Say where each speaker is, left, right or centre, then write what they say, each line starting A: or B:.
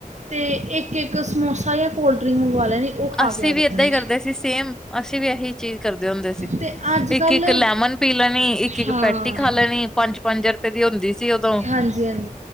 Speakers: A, on the right; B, in the centre.
A: ਅਤੇ ਇੱਕ ਇੱਕ ਸਮੋਸਾ ਜਾਂ ਕੋਲਡ ਡਰਿੰਕ ਮੰਗਵਾ ਲੈਣੀ। ਉਹ ਖਾ
B: ਅਸੀਂ
A: ਕੇ ਆ ਜਾਣੀ
B: ਵੀ ਏਦਾਂ ਹੀ ਕਰਦੇ ਸੀ ਸੇਮ ਅਸੀਂ ਵੀ ਇਹੀ ਚੀਜ਼ ਕਰਦੇ ਹੁੰਦੇ ਸੀ।
A: ਤੇ ਅੱਜ
B: ਇੱਕ
A: ਕੱਲ
B: ਇੱਕ ਲੈਮਨ ਪੀ ਲੈਣੀ ਇੱਕ ਇੱਕ
A: ਹਾਂ
B: ਪੈਟੀ ਖਾ ਲੈਣੀ ਪੰਜ ਪੰਜ ਰੁਪਏ ਦੀ ਹੁੰਦੀ ਸੀ ਉਦੋਂ।
A: ਹਾਂਜੀ ਹਾਂਜੀ